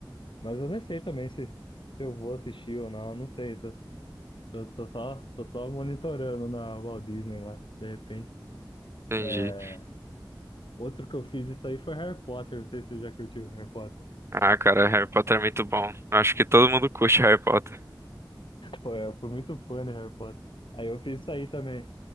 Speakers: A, on the left (about 80°); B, on the right (about 30°).
A: Mas eu nem sei também se, se eu vou assistir ou não, não sei, tô, tô, tô só, tô só monitorando na Walt Disney lá, de repente.
B: entendi.
A: É, outro que eu fiz isso aí foi Harry Potter. Não sei se você já curtiu Harry Potter.
B: Ah, cara, Harry Potter é muito bom. Acho que todo mundo curte Harry Potter.
A: Foi, eu fui muito fã de Harry Potter. Aí eu fiz isso aí também.